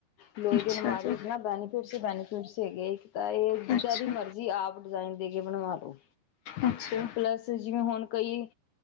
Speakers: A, on the left (about 85°); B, on the left (about 70°).
A: ਲੋਹੇ
B: ਅੱਛਾ
A: ਦੀ ਅਲਮਾਰੀ
B: ਜੀ
A: ਚ ਨਾ ਬੈਨੀਫਿਟਸ ਬੈਨੀਫਿਟ ਹੈਗੇ ਇੱਕ ਤਾਂ ਇਹ ਜਿਦਾਂ
B: ਅੱਛਾ
A: ਦੀ ਮਰਜੀ਼
B: ਅੱਛਾ
A: ਆਪ ਡਿਜ਼ਾਇਨ ਦੇ ਕੇ ਬਣਵਾ ਲੋ।
B: ਹੂੰ ਅੱਛਾ
A: ਪਲੱਸ ਜਿਵੇਂ ਹੁਣ ਕਈ